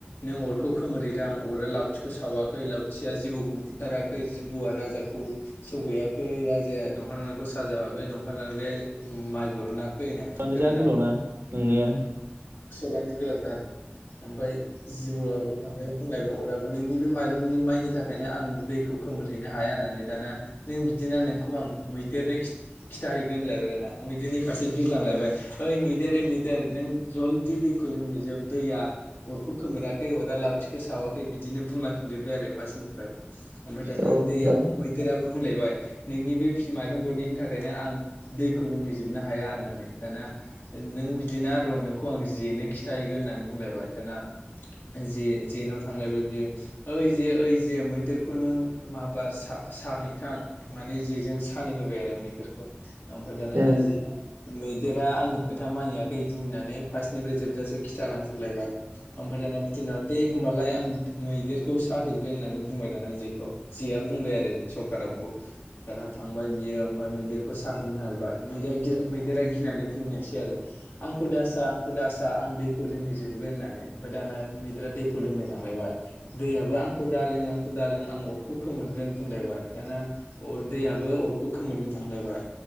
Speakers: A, on the left; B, on the right.
A: नों अरखौ खोमोरहैदों आ अरा लावथिखौ सावाखै लावथिया जिबौखौ बुथाराखै जिबौआ राजाखौ सौहैयाखै राजाया दंफां दानग्राखौ साजा होआखै दंफां दानग्रायाया माइ बरना खै होननानै ओमफाय
B: आनो जा
A: दाना
B: गोलावना नोंनिया
A: लयानो गोलाव थार। ओमफ्राय जिबौवा <unintelligible> बुंलायबाय अराबो नोंनि बे माइरंनि माइनि थाखायनो आं दैखौ खोमोरहैनो हाया होननानै दाना नों बिदिना नोंखौ आं मैदेरनो खि-खिथाहैगोन होनलायबाय दाना मैदेरनि फारसे बिरलांलायबाय ओइ मैदेर ओइ मैदेर देर नों जलदि दैखौ लोंहैजोब दैया अरखौ खोमोराखै अरा लावथिखौ सावाखै बिदिनो बुंलांफिनजोब्बाय आरो फार्स्टनिफ्राय ओमफ्राय दाना
B: औ ओमफ्राय
A: दैया मैदेराबो बुंलायबाय नोंनि बे माइरं गरनैनि थाखायनो आं दैखौ लोंहैजोबनो हाया होननानै दाना नों बिद दिना र' नोंखौ आं जेनो खिन्थाहैगोन होननानै बुंलायबाय दाना जे जेेनाव थांलायबाय बियो ओइ जे ओइ जे मैदेरखौ नों माबार सा-साहैथां माने जेजों सानै होबाय आरो मैदेरखौ ओमफ्राय दाना
B: ए
A: जे मैदेरा आंनि खोथा मानिया खै इदि होननानै फार्स्टनिफ्राय जोबजासे खिथालांजोबलायबाय ओमफ्राय दाना बिदिनाव दे होमबालाय आं मैदेरखौ साहैगोन होननानै बुंबाय दाना जेखौ। जेया बुंबाय आरो सखा दावखौ ओ दाना थांबाय बियो ओमफ्राय मैदेरखौ साहैनो नागिरबाय मैेदेरा गि मैदेरा गिनानै बुंहैनायसै आरो आंखौ दासा आंखौ दासा आं दैखौ लोंहैजोबगोन होननानै ओमफाय दाना मैदेरा दैखौ लोंनो थांलायबाय दैयाबो आंखौ दा लों आंखौ दा लों आं अरखौ खोमोरगोन बुंलायबाय दाना अर दैयाबो अरखौ खोमोरनो थांलायबाय